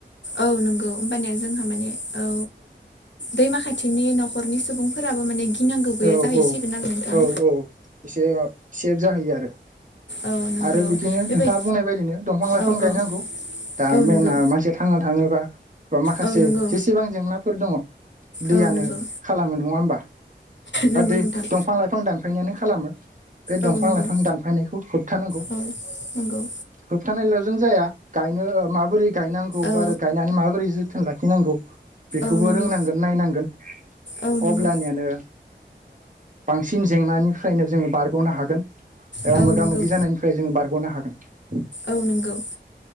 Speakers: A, on the left; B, on the right.
A: औ नंगौ होमबानिया जोंहा माने औ दैमा खाथिनि न'खरनि सुबुंफोराबो माने गिनांगौ गैया
B: औ
A: जाहैसिगोन
B: औ
A: आरो नोंथां
B: औ औ एसे सेभ जाहैयो आरो
A: औ नंगौ
B: आरो बिदिनो
A: बेबाय
B: नोंथाङा बुंनाय बायदिनो दंफां लाइफां
A: औ
B: गायनांगौ
A: औ
B: दा
A: औ
B: मेन
A: नंगौ
B: मानसिया थांना थाङोबा माखासे
A: औ नंगौ
B: जेसेबां जेंनाफोर दङ दैयानो
A: औ नंगौ
B: खालामो नङा होमबा
A: नंगौ
B: आरो दै
A: नोंथां
B: दंफां लाइफां दानफायनायानो खालामो बे दंफां
A: औ नंगौ
B: लाइफां दानफायनायखौ होबथानांगौ
A: औ नंगौ
B: होबथानायल' जों जाया गायनो माबोरै गायनांगौ ब
A: औ
B: आरो गायनानै माबोरै ज जोथोन लाखिनांगौ बेखौबो
A: औ नंगौ
B: रोंनांगोन नायनांगोन
A: औ नंगौ
B: अब्लानियानो बांसिन जेंनानिफ्रायनो जोङो बारग'नो हागोन एबा
A: औ
B: मोगा
A: नंगौ
B: मोगि जानायनि फ जों बारग'नो हागोन
A: औ नोंगौ